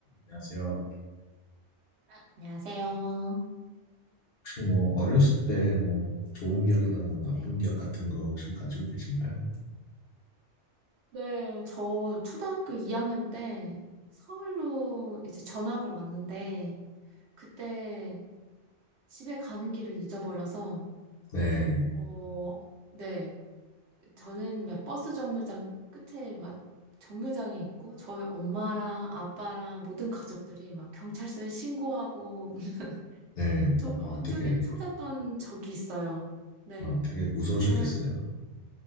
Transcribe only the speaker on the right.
아, 안녕하세요.
네.
네, 저 초등학교 2학년 때 서울로 이제 전학을 왔는데 그때 집에 가는 길을 잊어버려서
어, 네. 저는 막 버스 정류장 끝에 막 정류장에 있고 저희 엄마랑 아빠랑 모든 가족들이 막 경찰서에 신고하고 <laughs>
저를
온종일
찾았던 적이 있어요. 네.
저는